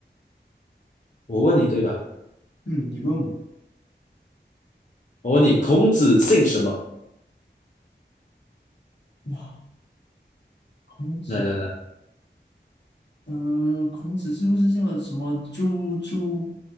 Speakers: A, on the left; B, on the left.
A: 我问你对吧？
B: 嗯，你问我。
A: 我问你，孔子姓什么？
B: 哇，孔子，
A: 来来来，
B: 嗯、孔子是不是叫什么朱朱？